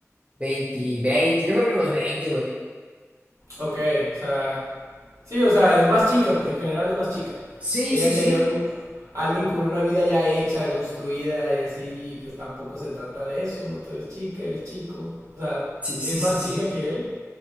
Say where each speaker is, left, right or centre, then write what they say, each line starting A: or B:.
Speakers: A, on the right; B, on the right.
A: 20 20 yo creo que los 20 güey.
B: ok, o sea. Sí, o sea, es más chica, pues en general es más chica.
A: Sí,
B: Ella
A: sí,
B: quería
A: sí.
B: un, alguien con una vida ya hecha, construida y así, y pues tampoco se trata de eso, ¿no? Tú eres chica, él es chico. O sea,
A: Sí, sí,
B: es
A: sí,
B: más
A: sí.
B: chica que él